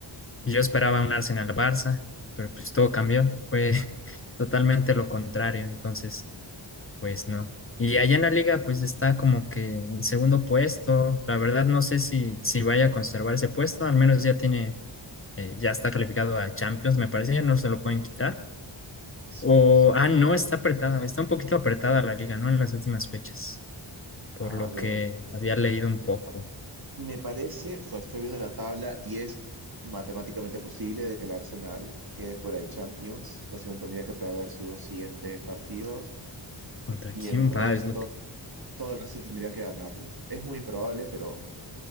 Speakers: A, on the left; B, on the right.
A: Yo esperaba un Arsenal-Barça, pero pues todo cambió. Fue <laughs> totalmente lo contrario, entonces pues no. Y allá en la liga pues está como que en segundo puesto. La verdad no sé si, si vaya a conservar ese puesto, al menos ya tiene, eh, ya está calificado a Champions, me parece, ya no se lo pueden quitar.
B: Sí.
A: O, ah, no, está apretada, está un poquito apretada la liga, ¿no? En las últimas fechas, por
B: A
A: lo
B: ver,
A: que había leído un poco.
B: me parece, o sea, estoy viendo la tabla y es matemáticamente posible de que el Arsenal quede fuera de Champions. Básicamente tendría que perder sus dos siguientes partidos
A: ¿Contra
B: y
A: quién
B: el resto
A: va? Es lo que
B: todo el resto tendría que ganarlos. Es muy improbable, pero